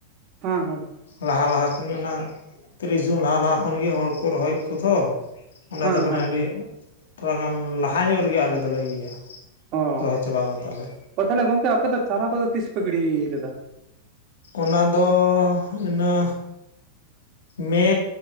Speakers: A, on the right; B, on the left.
A: ᱦᱮᱸ ᱦᱮᱸ
B: ᱞᱟᱦᱟ ᱞᱟᱦᱟ ᱠᱷᱚᱱᱜᱮ ᱚᱱᱟ ᱛᱤᱨᱤᱥ ᱡᱩᱱ ᱞᱟᱦᱟ ᱞᱟᱦᱟ ᱠᱷᱚᱱᱜᱮ ᱦᱚᱲ ᱠᱚ ᱨᱚᱦᱚᱭᱮᱫ ᱠᱚ ᱛᱚ ᱚᱱᱟᱛᱮ
A: ᱦᱮᱸ
B: <inaudible>
A: ᱦᱮᱸ
B: ᱟᱹᱰᱤ ᱛᱷᱚᱲᱟ ᱜᱟᱱ ᱞᱟᱦᱟ ᱧᱚᱜ ᱨᱮᱜᱮ ᱟᱞᱮ ᱫᱚᱞᱮ ᱤᱭᱟᱹᱭᱟ
A: ᱚ
B: ᱨᱚᱦᱚᱭ ᱪᱟᱵᱟᱣ ᱠᱟᱫᱟᱞᱮ
A: ᱚ ᱛᱟᱦᱚᱞᱮ ᱜᱚᱝᱠᱮ ᱟᱯᱮ ᱫᱚ ᱪᱟᱨᱟ ᱠᱚᱫᱚ ᱛᱤᱥ ᱯᱮ ᱜᱤᱰᱤ ᱞᱮᱫᱟ
B: ᱚᱱᱟᱫᱚᱻ ᱤᱱᱟ. ᱢᱮ